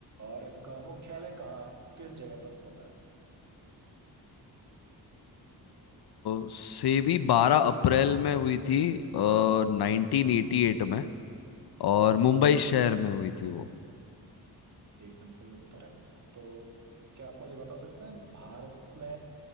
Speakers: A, on the right; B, on the left.
A: और इसका मुख्यालय कहाँ किस जगह पर स्थित है
B: अ, सेबी बारह अप्रैल में हुई थी नाइनटीन एटी एट में और
A: सही
B: मुंबई
A: जवाब
B: शहर में हुई थी वो
A: एकदम सही उत्तर है तो क्या आप मुझे बता सकते हैं भारत में